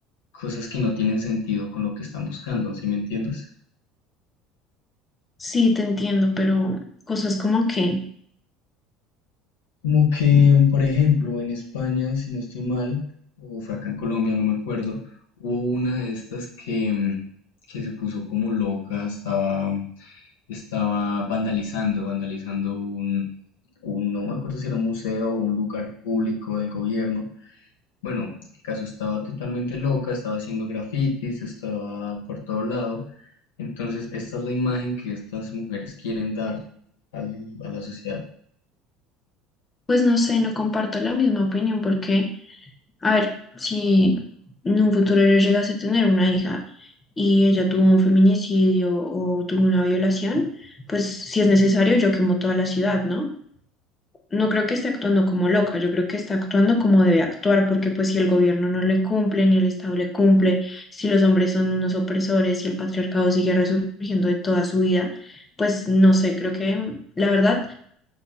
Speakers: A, on the left; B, on the left.
A: cosas que no tienen sentido con lo que están buscando, ¿sí me entiendes?
B: sí te entiendo, pero cosas como que,
A: Como que, mm, por ejemplo, en España, si no estoy mal, o fue acá en Colombia, no me acuerdo, hubo una de estas que, mm, que se puso como loca, estaba, mm, estaba vandalizando, vandalizando un, un, no me acuerdo si era un museo o un lugar público del gobierno. Bueno, el caso estaba totalmente loca, estaba haciendo grafitis, estaba por todo lado. Entonces, esta es la imagen que estas mujeres quieren dar al- a la sociedad.
B: pues no sé, no comparto la misma opinión porque, a ver, si en un futuro yo llegase a tener una hija y ella tuvo un feminicidio o tuvo una violación, pues si es necesario yo quemo toda la ciudad, ¿no? no creo que esté actuando como loca, yo creo que está actuando como debe actuar, porque pues si el gobierno no le cumple, ni el Estado le cumple, si los hombres son unos opresores, si el patriarcado sigue resurgiendo de toda su vida, pues no sé, creo que mm, la verdad